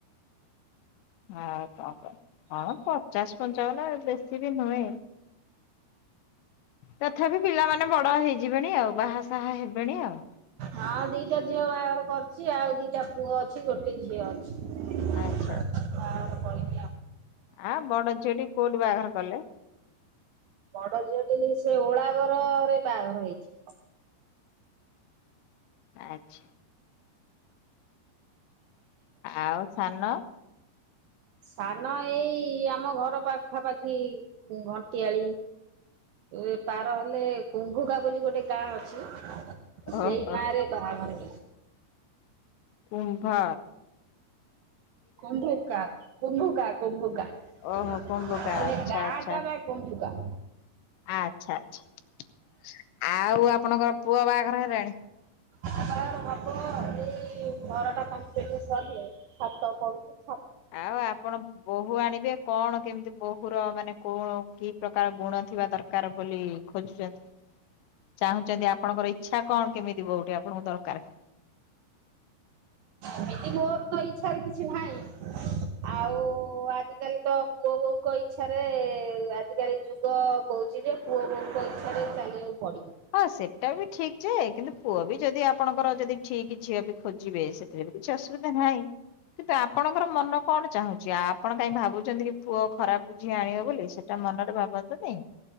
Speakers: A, on the left; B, on the right.
A: ହଁ କଣ କରିବା ହଁ ପଚାଶ ପଞ୍ଚାବନ ବେଶୀ ବି ନୁହେଁ। ତଥାପି ପିଲାମାନେ ବଡ ହେଇଯିବେଣି ଆଉ ବାହାସାହା ହେବେଣି ଆଉ।
B: ହଁ ଦିଟା ଝିଅ ବାହାଘର କରିଛି ଆଉ ଦିଟା ପୁଅ ଅଛି ଗୋଟେ ଝିଅ ଅଛି।
A: ଆଚ୍ଛା ଆଚ୍ଛା।
B: ବାହାଘର କରିବି।
A: ଆଁ ବଡ ଝିଅଟି କୋଉଠି ବାହାଘର କଲେ?
B: ବଡ଼ ଝିଅଟି ସେ ଓଳାଭରରେ ବାହାଘର ହେଇଛି।
A: ଆଚ୍ଛା। ଆଉ ସାନ?
B: ସାନ ଏଇ ଆମ ଘର ପାଖାପାଖି ଘଣ୍ଟିଆଳି ଏ ପାର ହେଲେ କୁମ୍ଭୁଗା ବୋଲି ଗୋଟେ ଗାଁ ଅଛି। ସେଇ
A: ଓହୋ
B: ଗାଁ ରେ ବାହାଘର
A: କୁମ୍ଭା
B: କୁମ୍ଭୁକା କୁମ୍ଭୁକା କୁମ୍ଭୁକା
A: ଓହୋ
B: ହେଲେ
A: କୁମ୍ଭୁକା ଆଚ୍ଛା
B: ଗାଁ
A: ଆଚ୍ଛା
B: ଟା ବା କୁନ୍ଧୁକା।
A: ଆଚ୍ଛା ଆଚ୍ଛା ଆଉ ଆପଣଙ୍କର ପୁଅ ବାହାଘର ହେଲାଣି?
B: ହଁ ହେବା ଏଇ ଘରଟା କମ୍ପଲିଟ ସରିଲେ ଛାତ ପଢୁଛି।
A: ଆଉ ଆପଣ ବୋହୂ ଆଣିବେ କଣ କେମିତି ବୋହୂର ମାନେ କୋଣ କି ପ୍ରକାର ଗୁଣ ଥିବା ଦରକାର ବୋଲି ଖୋଜୁଛନ୍ତି? ଚାହୁଁଛନ୍ତି ଆପଣଙ୍କର ଇଚ୍ଛା କଣ କେମିତି ବୋହୁ ଟିଏ ଆପଣଙ୍କୁ ଦରକାର?
B: ଏମିତି ମୋର ତ ଇଚ୍ଛାରେ କିଛି ନାହିଁ। ଆଉ ଆଜିକାଲି ତ ପୁଅ ବୋଉଙ୍କ ଇଚ୍ଛାରେ ଏ ଆଜିକାଲି ଯଉ ଯୁଗ କହୁଛି ଯେ ପୁଅ ବୋହୂଙ୍କ ଇଚ୍ଛାରେ ଚାଲିବାକୁ ପଡିବ।
A: ହଁ ସେଟା ବି ଠିକ ଯେ କିନ୍ତୁ ପୁଅ ବି ଯଦି ଆପଣଙ୍କର ଯଦି ଠିକ ଝିଅ ବି ଖୋଜିବେ ସେ ସେଥିରେ କିଛି ଅସୁବିଧା ନାହିଁ କିନ୍ତୁ ଆପଣଙ୍କର ମନ କଣ ଚାହୁଁଛି ଆପଣ କାଇଁ ଭାବୁ ଭାବୁଛନ୍ତି କି ପୁଅ ଖରାପ ଝିଅ ଆଣିବ ବୋଲି ସେଟା ମନରେ ଭାବ <unintelligible> ନ୍ତୁ ନି